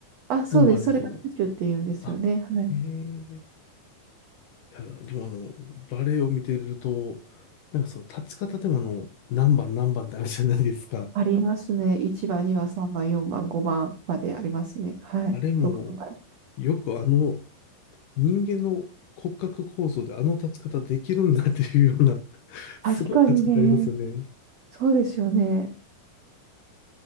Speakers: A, on the right (about 75°); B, on the left (about 75°).
A: あ、そうです。
B: のもありますよね。
A: それがチュチュって言うんですよね。
B: あ、
A: はい。
B: ええいや、でもあの、バレエを見てると、なんかその立ち方でもあの、何番何番ってあるじゃないですか。
A: ありますね。1番、2番、3番、4番、5番までありますね。はい。
B: あれも、
A: 6番まで。
B: よくあの、人間の骨格構造であの立ち方できるんだっていうような、<laughs>
A: 確かにね。
B: すごい立ち方ありますよね。
A: そうですよね。